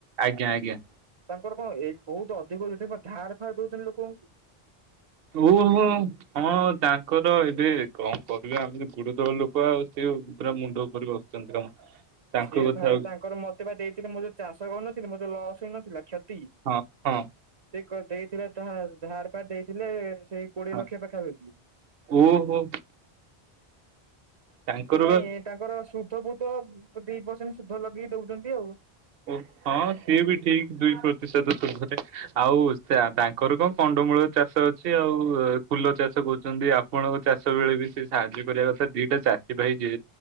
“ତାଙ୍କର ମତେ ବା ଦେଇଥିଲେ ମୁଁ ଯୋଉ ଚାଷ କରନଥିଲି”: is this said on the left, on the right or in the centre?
Right